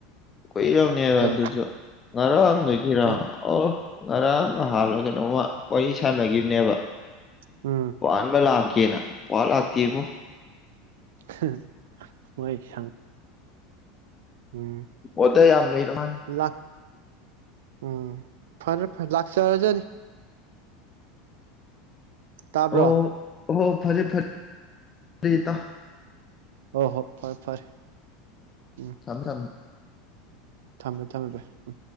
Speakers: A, on the left (about 20°); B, on the right (about 85°).
A: ꯀꯣꯏ ꯌꯥꯥꯎꯅꯤ ꯋꯥ
B: ꯀꯩ
A: ꯑꯗꯨꯁꯨꯣ ꯃꯔꯝ ꯂꯩ ꯀꯔ
B: ꯑ
A: ꯑꯣ ꯉꯔꯥꯡ ꯅꯍꯥꯟ ꯀꯩꯅꯣꯝꯃ ꯋꯥꯔꯤ ꯁꯥꯟꯅꯈꯤꯕꯅꯦꯕ
B: ꯎꯝ
A: ꯄꯅꯃꯦ ꯂꯥꯛ ꯀꯅ ꯄꯥ ꯂꯥꯛꯇ ꯏꯕꯣ
B: ꯍꯝ ꯍꯣꯏ ꯁꯪ ꯎꯝ
A: ꯑꯣꯏꯗ ꯌꯥꯝ ꯅꯔꯃꯦ
B: ꯂꯥꯛ ꯎꯝ ꯐꯔꯦ ꯐꯔꯦ ꯂꯥꯛꯁꯔꯖꯅꯤ ꯇꯥꯕ꯭ꯔꯣ
A: ꯑꯣ ꯑꯣ ꯐꯔꯦ ꯐꯔꯦ ꯐꯔꯤꯇꯥ
B: ꯍ ꯍꯣ ꯐꯔꯦ ꯐꯔꯦ ꯎꯝ
A: ꯁꯝꯃꯦ ꯁꯝꯃꯦ
B: ꯊꯝꯃꯦ ꯊꯝꯃꯦ ꯚꯥꯏ ꯎ